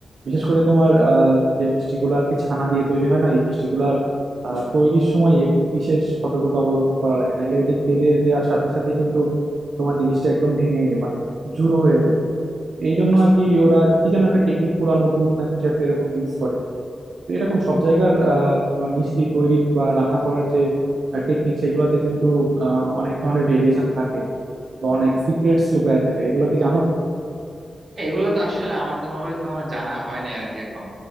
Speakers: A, on the right; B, on the right.
A: বিশেষ করে তোমার আহ, যে মিষ্টিগুলো আর কি ছানা দিয়ে তৈরি হয় না এই মিষ্টিগুলার আহ, তৈরির সময় একটু বিশেষ সতর্কতা অবলম্বন করা লাগে নাহলে ওই যে তেলে দেওয়ার সাথে সাথে কিন্তু তোমার জিনিসটা একদম ভেঙে মানে জুড়ো হয়ে যায় এই জন্য আর কি ওরা কি যেন একটা টেকনিক পুরানো দুধ না কিছু একটা এরকম ইউজ করে তো এরকম সব জায়গার আহ, তোমার মিষ্টি তৈরি বা রান্না করার যে টেকনিক সেগুলোতে কিন্তু আহ, অনেক ধরনের ভেরিয়েশন থাকে বা অনেক সিক্রেটস লুকায় থাকে এগুলো কি জানো
B: এগুলো তো আসলে আমার তেমন ভাবে তোমার জানা হয় না আর কি এখন